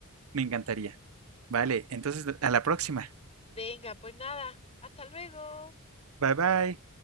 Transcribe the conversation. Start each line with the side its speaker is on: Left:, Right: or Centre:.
Right: Me encantaría. Vale, entonces a la próxima.
Left: Venga, pues nada, hasta luego.
Right: Bye bye.